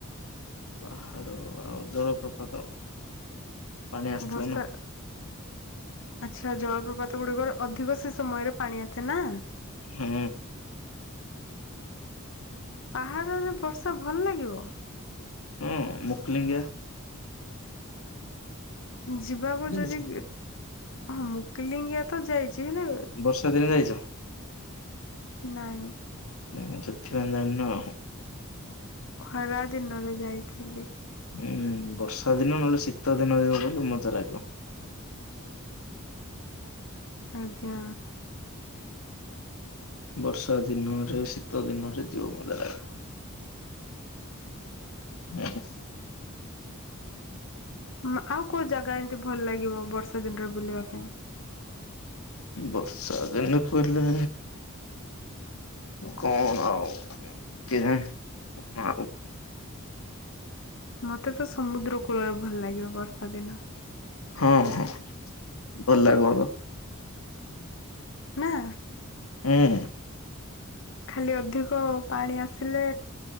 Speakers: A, on the left; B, on the left.
A: ପାହାଡ ଆଉ ଜଳପ୍ରପାତ। ପାଣି ଆସିଥିବ
B: ବର୍ଷା
A: ନା
B: ଆଚ୍ଛା, ଜଳପ୍ରପାତ ଗୁଡିକରେ ଅଧିକ ସେ ସମୟରେ ପାଣି ଆସେ ନା?
A: ହୁଁ।
B: ପାହାଡରେ ବର୍ଷା ଭଲ ଲାଗିବ?
A: ହୁଁ ମୁକଲିଙ୍ଗିଆ।
B: ଯିବାକୁ
A: ଯାଇଛ
B: ଯଦି ହଁ ମୁକିଲିଙ୍ଗିଆ ତ ଯାଇଛି, ହେଲେ
A: ବର୍ଷାଦିନେ ଯାଇଛ?
B: ନାଇଁ।
A: ଉମ୍ ସେଥିପାଇଁ ଜାଣିନ ଆଉ।
B: ଖରାଦିନରେ ଯାଇଥିଲି।
A: ହୁଁ ଉଁ, ବର୍ଷାଦିନ ନହେଲେ ଶୀତଦିନରେ ଯିବ ବୋଲି ମଜା ଲାଗିବ।
B: ଆଜ୍ଞା।
A: ବର୍ଷାଦିନରେ, ଶୀତଦିନରେ ଯିବ ମଜା ଲାଗେ। ହୁଁ।
B: ମା ଆଉ କୋଉ ଜାଗା ଏନ୍ତି ଭଲ ଲାଗିବ, ବର୍ଷାଦିନରେ ବୁଲିବା ପାଇଁ?
A: ବର୍ଷାଦିନେ କହିଲେ କଣ ଆଉ କେଜାଣି? କଣ ଆଉ
B: ମତେ ତ ସମୁଦ୍ରକୂଳରେ ଭଲ ଲାଗିବ, ବର୍ଷାଦିନ।
A: ହଁ ହଁ। ଭଲ ଲାଗିବ ତ।
B: ନାଁ?
A: ହୁଁ ହୁଁ।
B: ଖାଲି ଅଧିକ ପାଣି ଆସିଲେ,